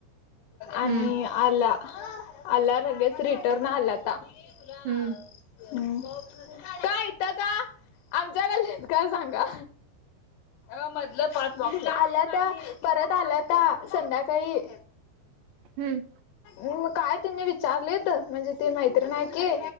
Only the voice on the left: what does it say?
आणि
आला आला लगेच रिटर्न आलाता. काय.
तका आमच्याकलीत का सांगा. अ मधलं पान वाप आलंता परत आलाता संध्याकाळी.
मग काय त्यांनी विचारलीत म्हणजे ती मैत्रीन हाय की.